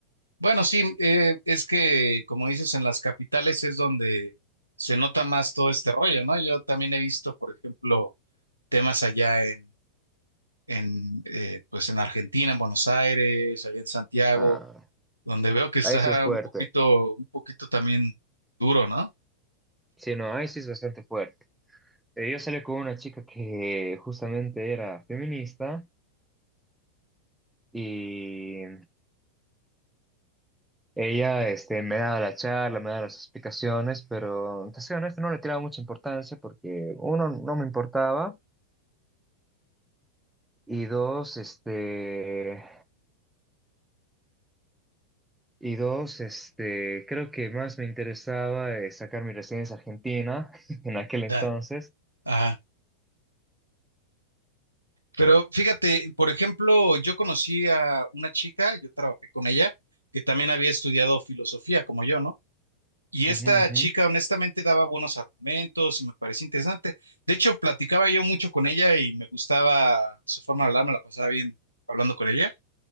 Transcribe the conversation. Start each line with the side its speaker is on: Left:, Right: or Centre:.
Left: Bueno, sí, eh, es que como dices, en las capitales es donde se nota más todo este rollo, ¿no? Yo también he visto, por ejemplo, temas allá en, en, eh, pues en Argentina, en Buenos Aires, allá en Santiago
Centre: Ah,
Left: donde veo que está
Centre: ahí sí es fuerte.
Left: un poquito, un poquito también duro, ¿no?
Centre: Sí, no, ahí sí es bastante fuerte. Eh, yo salí con una chica que justamente era feminista y ella este, me daba la charla, me daba las explicaciones, pero te soy honesto, no le tiraba mucha importancia porque uno, no me importaba y dos, este, y dos, este, creo que más me interesaba eh, sacar mi residencia argentina <laughs> en aquel entonces.
Left: Ya, Ajá. Pero fíjate, por ejemplo, yo conocí a una chica, yo trabajé con ella, que también había estudiado filosofía, como yo, ¿no? Y esta
Centre: Ujú, ujú,
Left: chica honestamente daba buenos argumentos y me parecía interesante. De hecho, platicaba yo mucho con ella y me gustaba su forma de hablar, me la pasaba bien hablando con ella.